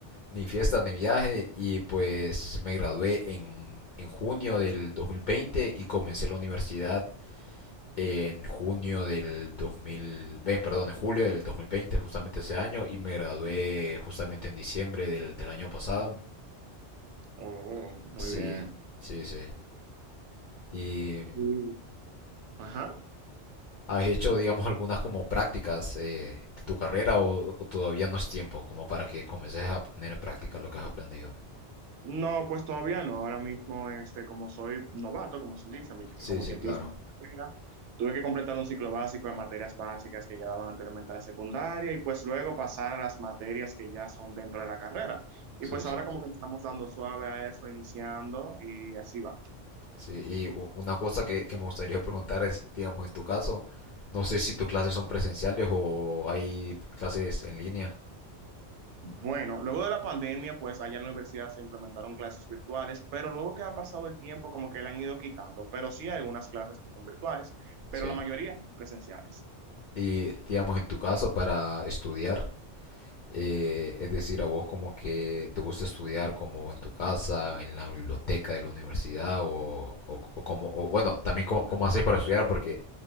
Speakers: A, on the left; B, on the right.
A: ni fiestas ni viajes y pues me gradué en, en junio del 2020 y comencé la universidad en junio del 2000, eh, perdón, en julio del 2020, justamente ese año, y me gradué justamente en diciembre del, del año pasado.
B: Oh, muy
A: Sí,
B: bien.
A: sí, sí. ¿Y
B: Y- ajá.
A: has hecho, digamos, algunas como prácticas eh, de tu carrera o, o todavía no es tiempo como para que comiences a poner en práctica lo que has aprendido?
B: No, pues todavía no. Ahora mismo, este, como soy novato, como se dice, mi-
A: Sí,
B: como
A: sí,
B: quien
A: claro.
B: dice, en mi carrera, tuve que completar un ciclo básico de materias básicas que ya daban anteriormente a la secundaria y pues luego pasar a las materias que ya son dentro de la carrera. Y
A: Sí,
B: pues ahora
A: sí.
B: como que le estamos dando suave a eso, iniciando y así va.
A: Sí, y u- una cosa que, que me gustaría preguntar es, digamos, en tu caso, no sé si tus clases son presenciales o hay clases en línea.
B: Bueno, luego de la pandemia, pues allá en la universidad se implementaron clases virtuales, pero luego que ha pasado el tiempo, como que la han ido quitando. Pero sí hay unas clases que son virtuales, pero
A: Sí.
B: la mayoría son presenciales.
A: Y, digamos, en tu caso, para estudiar, eh, es decir, a vos como que te gusta estudiar como en tu casa, en la biblioteca de la universidad o, o, o como, o, bueno, también cómo, cómo haces para estudiar, porque